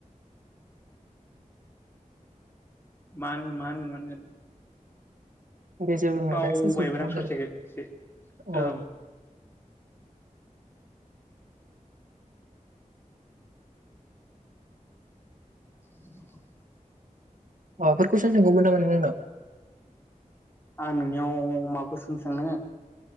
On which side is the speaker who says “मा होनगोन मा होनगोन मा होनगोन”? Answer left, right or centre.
Left